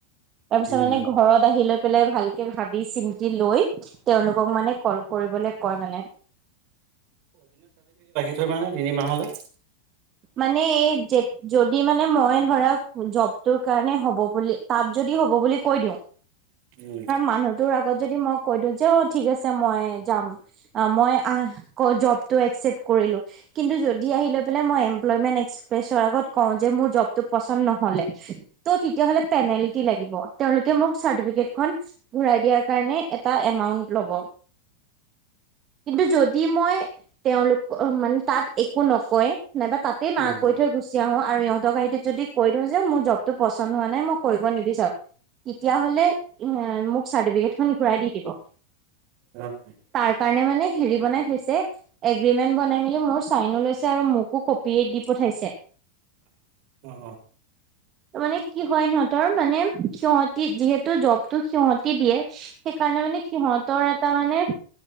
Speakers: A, on the right (about 35°); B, on the right (about 55°).
A: তাৰপিছত
B: উম
A: মানে ঘৰত আহি লৈ পেলাই ভালকে ভাবি চিন্তি লৈ, তেওঁলোকক মানে কল কৰিবলে কয় মানে।
B: তই মানে তিনিমাহলৈ-
A: মানে এই যে- যদি মানে মই ধৰা জবটোৰ কাৰণে হ'ব বুলি তা'ত যদি হ'ব বুলি কৈ দিওঁ।
B: উম।
A: মানুহ তোৰ আগত যদি মই কৈ দিওঁ যে, অঁহ', ঠিক আছে মই যাম। মই আঁহ গৈ জবটো একচেপ্ট কৰিলোঁ, কিন্ত যদি আহি লৈ পেলাই এম- মই <inaudible> আগত কওঁ যে মোৰ জবটো পছন নহ'লে। ত' তেতিয়াহ'লে পেনাল্টি লাগিব। তেওঁলোকে মোক চাৰ্টিফিকেট খন- ঘুৰাই দিয়াৰ কাৰণে এটা এমাউন্ট ল'ব। কিন্তু যদি মই তেওঁলোকে মানে তা'ত একো নকয় নাইবা তা'ত- তে না
B: উম
A: কৈ থৈ গৈ- গুচি আহো আৰু। ইহঁতক আহি দি কৈ দিওঁ যে মোৰ জবটো পচন্দ হোৱা নাই মই কৰিব নিবিচাৰো। চাওক- তেতিয়া হ'লে মোক চাৰ্টিফিকেটখন ঘূৰাই দি দিব।
B: অহ।
A: তাৰ কাৰণে মানে হেৰি বনাই থৈছে এগ্ৰিমেন্ট বনাই মেলি মোৰ চাইনো লৈছে আৰু মোকো- দি পঠাইছে।
B: অ-অ।
A: মানে কি হয় সিহঁতৰ মানে সিহঁতি যিহেতু জবতো সিহঁতি দিয়ে- সেইকাৰণে মানে সিহঁতৰ এটা মানে-